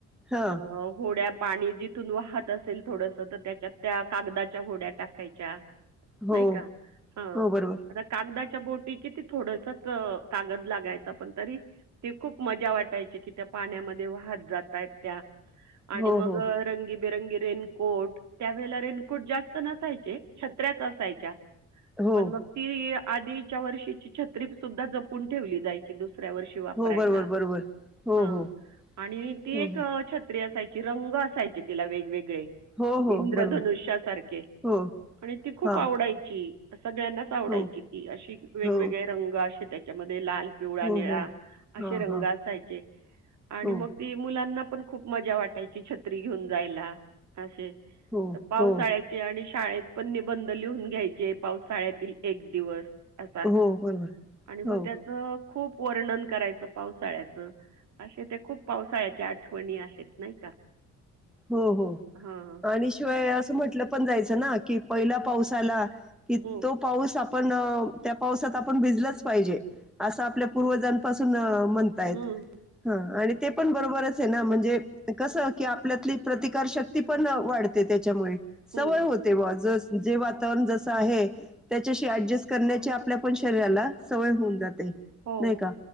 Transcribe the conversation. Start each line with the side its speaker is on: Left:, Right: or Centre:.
Centre: हा
Right: अ होड्या पाणी जिथून वाहत असेल थोडस, तर त्याच्यात त्या कागदाच्या होड्या टाकायच्या.
Centre: हो
Right: नाही का? हा
Centre: हो बरोबर
Right: आता कागदा च्या बोटी की थोडसचं कागद लागायच, पण तरी ते खूप मजा वाटायची की, त्या पाण्यामध्ये वाहत जाताय त्या. आणि
Centre: हो
Right: मग
Centre: हो
Right: रंगी बी रंगी रेन. कोट त्यावेेळेला रेनकोट जास्त नसायचे, छत्र्याच असाय च्या?
Centre: हो
Right: पण मग ती आधीच्या वर्षीची छत्री सुद्धा जपून ठेवली जायची दुस दुसऱ्या वर्षी वापरायला.
Centre: हो बरोबर बरोबर हो
Right: ह
Centre: हो
Right: आणि ती
Centre: हो
Right: एक
Centre: हो
Right: छत्री असाय रंग असायचे तिला वेगवेगळे.
Centre: हो हो
Right: इंद्रधनुष्यासारखे
Centre: बरोबर हो
Right: आणि ती खूप
Centre: हा
Right: आवडायची. ही सगळ्यांनाच आवडायची
Centre: हो,
Right: ती अशी वेगवेगळे
Centre: हो,
Right: रंग असे त्या ते लाल, पिवळा,
Centre: हो,
Right: निळा
Centre: हो.
Right: असे
Centre: हां,
Right: रंग
Centre: हां.
Right: असायचे आणि
Centre: हो,
Right: मग मुलांना पण खूप मजा वाटायची छत्री घेऊन जायला अहं असे.
Centre: हो,
Right: तर पावसाळ्याचे
Centre: हो,
Right: आणि शाळेत पण निबंध लिहून घ्याय जे पावसाळ्यातील एक दिवस. असा
Centre: हो, बरोबर.
Right: आणि मग
Centre: हो,
Right: त्याच... खूप वर्णन करायचं पावसाळ्याच असे ते खूप पावसाळ्याच्या आठवणी आहेत नाही का.
Centre: हो हो
Right: हां.
Centre: आणि शिवाय असं म्हंटलं पण जायचं ना... कि पहिला पाऊस आला. की
Right: हं,
Centre: तो पाऊस आप... पण त्या पावसात आपण भिजलंच पाहिजे असं आपल्या पूर्वजांपासून.... म्हणताय
Right: हं,
Centre: ह.. ते पण बरोबरच आहे ना म्हणजे कस की आपल्या. - आपली प्रतिकारशक्ती पण वाढते त्याच्यामुळे. सवय
Right: हं.
Centre: होते बा जस... जे वातावरण जस आहे त्याच्याशी ऍडजस्ट करण्याची आपल्या पण शरीराला सवय होऊन जाते.
Right: हो.
Centre: नाही का